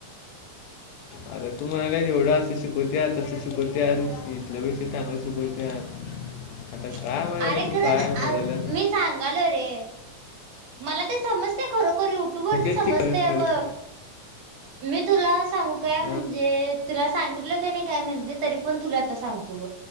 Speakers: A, on the left; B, on the right.
A: आता तू म्हणाल्यास एवढं असं शिकवत्यात तंसं शिकवत्यात इथल्या पेक्षा चांगलं शिकवत्यात
B: <unintelligible>
A: आता काय
B: अरे खरंच,
A: बोलायला
B: आ व मी सांगालो रे मला ते समजतय खरोखर युट्यूबवरच
A: मग तेच
B: समजतय
A: की काय खरंच
B: अब मी तुला सांगू काय म्हणजे,
A: हां
B: तुला सांगितलं क नाय काय माहिती तरी पण तुला आता सांग